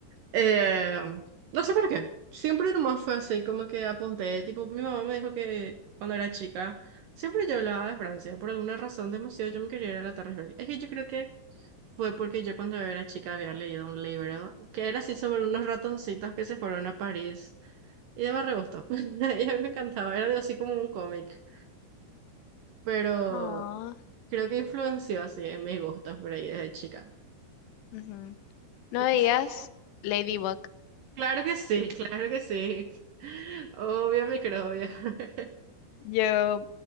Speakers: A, on the right; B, on the left.
A: Eh, no sé por qué. Siempre nomás fue así, como que apunté. Tipo, mi mamá me dijo que cuando era chica, siempre yo hablaba de Francia. Por alguna razón demasiado yo me quería ir a la Torre Eiffel. Es que yo creo que fue porque yo cuando era chica había leído un libro que era así sobre unos ratoncitos que se fueron a París. Y de me re gustó. <laughs> Y a mí me encantaba, era de- así como un cómic pero
B: Ujú.
A: creo que influenció así en mis gustos por ahí desde chica.
B: Ujú. No
A: Y así-
B: veías Ladybug.
A: Claro que sí, claro que sí. <laughs> Obvio, microbio. <laughs>
B: Yo.